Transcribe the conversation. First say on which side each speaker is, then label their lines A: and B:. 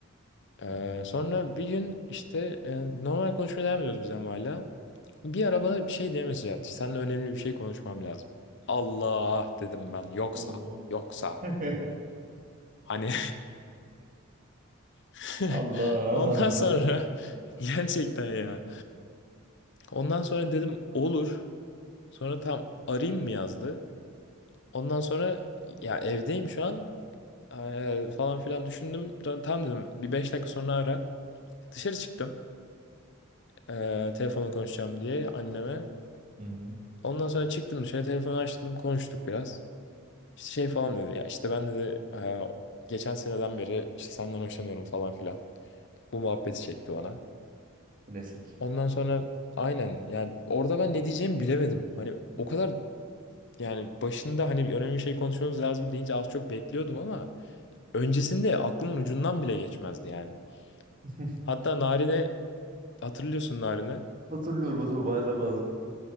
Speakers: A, on the left (about 60°); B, on the right (about 40°).
A: Ee,
B: Hı hı.
A: sonra bir gün işte e, normal konuşmaya devam ediyoruz biz ama hala. Bir ara bana bir şey diye mesaj attı. Seninle önemli bir şey konuşmam lazım. Allah dedim ben yoksa
B: Oo.
A: yoksa
B: <laughs>
A: hani <laughs>
B: Allah
A: ondan
B: harbiden.
A: sonra <laughs> gerçekten ya. Ondan sonra dedim olur. Sonra tam arayayım mı yazdı. Ondan sonra ya evdeyim şu an e, falan filan düşündüm. Tam dedim bir beş dakika sonra ara. Dışarı çıktım e, telefonla konuşacağım diye anneme.
B: Hı hı.
A: Ondan sonra çıktım dışarı telefonu açtım konuştuk biraz. İşte şey falan dedi ya işte ben dedi "Ee, geçen seneden beri işte senden hoşlanıyorum falan filan. Bu muhabbeti çekti bana.
B: Klasik.
A: Ondan sonra aynen yani orada ben ne diyeceğimi bilemedim. Hani o kadar yani başında hani önemli bir şey konuşmamız lazım deyince az çok bekliyordum ama öncesinde aklımın ucundan bile geçmezdi yani.
B: <laughs>
A: Hatta Narin'e hatırlıyorsun Narin'i.
B: Hatırlıyorum o valide bağlan.